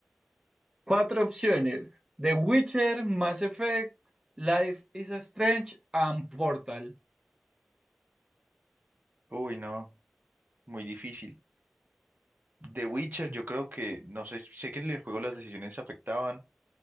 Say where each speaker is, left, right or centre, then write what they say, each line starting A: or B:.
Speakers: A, on the right; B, on the right.
A: Cuatro opciones: The Witcher, Mass Effect, Life is Strange and Portal.
B: Uy, no, muy difícil. The Witcher, yo creo que, no sé, sé que en el juego las decisiones afectaban,